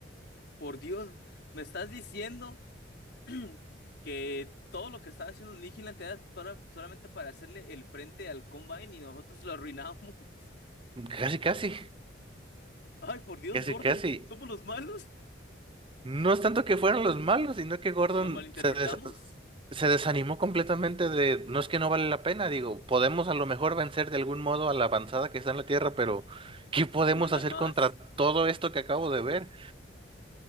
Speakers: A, on the left; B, on the right.
A: Por Dios, me estás diciendo <clears throat> que todo lo que estaba haciendo Vigilante era tola- solamente para hacerle el frente al Combine y nosotros lo arruinamos. <laughs>
B: Casi, casi,
A: Ay, por Dios,
B: casi,
A: Gordon,
B: casi.
A: ¿somos los malos?
B: No es tanto que fueron los malos, sino que Gordon
A: ¿Lo malinterpretamos?
B: se, des- se desanimó completamente de, no es que no vale la pena, digo, podemos a lo mejor vencer de algún modo a la avanzada que está en la Tierra, pero ¿qué podemos
A: ¿Y si mandan
B: hacer
A: más?
B: contra todo esto que acabo de ver?